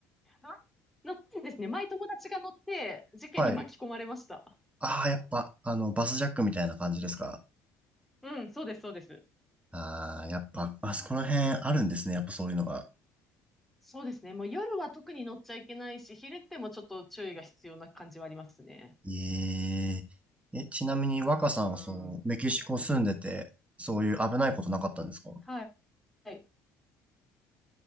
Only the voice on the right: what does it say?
はい。ああ、やっぱ、あの、バスジャックみたいな感じですか。
ああー、やっぱ、あそこら辺あるんですね、やっぱそういうのが。
ええ、え、ちなみに若さんはそう、
メキシコ住んでて、そういう危ないことなかったんですか